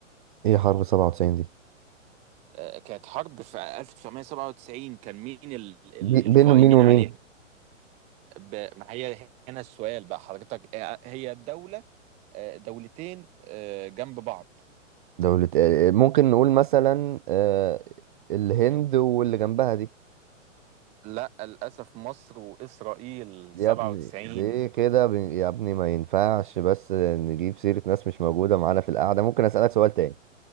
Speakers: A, on the right (about 40°); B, on the right (about 15°).
A: ايه حرب 97 دي
B: آه، كانت حرب في 1997 كان مين ال- ال-
A: بي-
B: القائمين
A: بين مين ومين؟
B: عليها ب- ما هي هنا السؤال بقى حضرتك آه، هي الدولة آه، دولتين آه، جنب بعض
A: دولة آه، ممكن نقول مثلا آه، الهند واللي جنبها دي
B: لا للأسف مصر وإسرائيل
A: يا
B: 97
A: ابني ليه كده بن- يا ابني ما ينفعش بس نجيب سيرة ناس مش موجودة معانا في القعدة ممكن أسألك سؤال تاني